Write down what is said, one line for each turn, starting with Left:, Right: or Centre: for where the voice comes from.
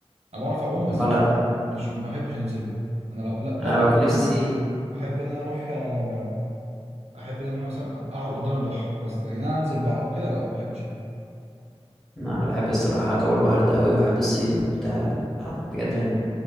Right: انا بعرف اعوم بس
Centre: اه لا
Right: ما- مش ما بحبش انزله انا لو لا- لو
Centre: انا بكون نفسي
Right: احب ان انا اروح آه، احب ان انا مثلا اقعد قدام البحر بس لكن انا انزل بقى وكده لا ما بحبش أنا.
Centre: لا، انا بحب الصراحه جو البحر ده قوي وبحب الصيد وبتاع لا لا بجد من